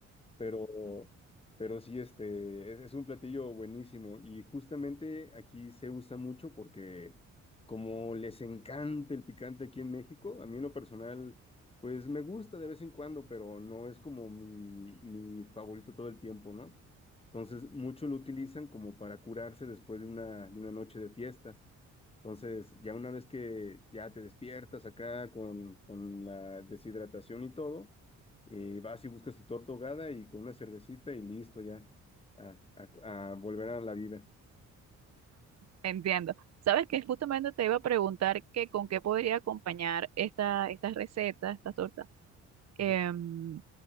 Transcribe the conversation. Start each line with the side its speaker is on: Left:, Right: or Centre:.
Left: pero, pero sí, este, es, es un platillo buenísimo y justamente aquí se usa mucho porque como les encanta el picante aquí en México, a mí en lo personal, pues me gusta de vez en cuando, pero no es como mi, mi favorito todo el tiempo, ¿no? Entonces, muchos lo utilizan como para curarse después de una, de una noche de fiesta. Entonces, ya una vez que ya te despiertas acá con, con la deshidratación y todo, eh, vas y buscas tu torta ahogada y con una cervecita y listo ya a, a- a volver a la vida.
Right: Entiendo. Sabes que justamente te iba a preguntar que con qué podría acompañar esta, estas recetas, estas tortas. Em,
Left: Ajá,